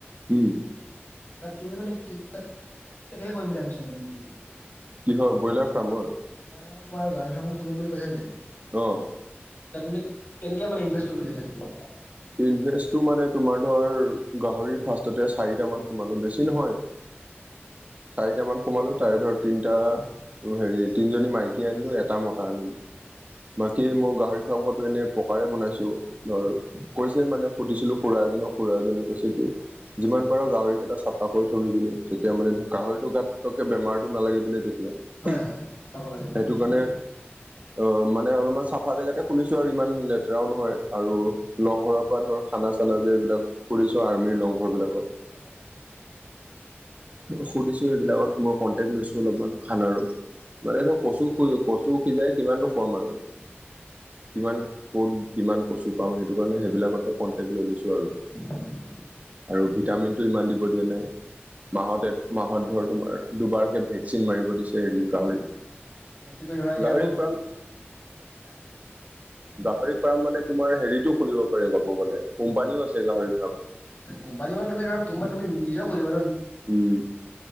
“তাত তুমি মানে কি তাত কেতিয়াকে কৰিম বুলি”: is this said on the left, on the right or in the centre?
Left